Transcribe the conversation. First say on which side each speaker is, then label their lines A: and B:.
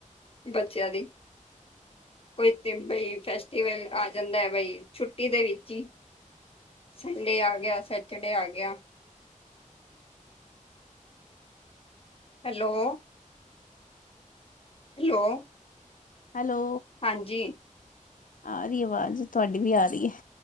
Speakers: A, on the left; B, on the left.
A: ਬੱਚਿਆਂ ਦੀ, ਕੋਈ ਬਈ ਫੈਸਟੀਵਲ ਆ ਜਾਂਦਾ ਹੈ, ਬਈ ਛੁੱਟੀ ਦੇ ਵਿੱਚ ਹੀ। ਸੰਡੇ ਆ ਗਿਆ ਸੈਚਰਡੇ ਆ ਗਿਆ। ਹੈਲੋ। ਹੈਲੋ।
B: ਹੈਲੋ।
A: ਹਾਂਜੀ।
B: ਆ ਰਹੀ ਆਵਾਜ਼ ਤੁਹਾਡੀ ਵੀ ਆ ਰਹੀ ਹੈ।